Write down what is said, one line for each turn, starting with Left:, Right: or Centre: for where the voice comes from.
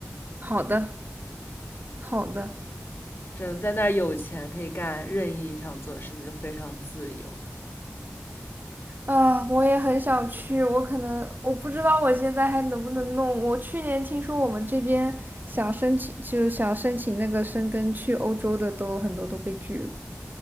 Right: 好的，好的。
Left: 真的在那儿有钱可以干任意想做的事情，就非常自由
Right: 啊，我也很想去，我可能我不知道我现在还能不能弄。我去年听说我们这边想申请，就想申请那个申根去欧洲的都很多都被拒了。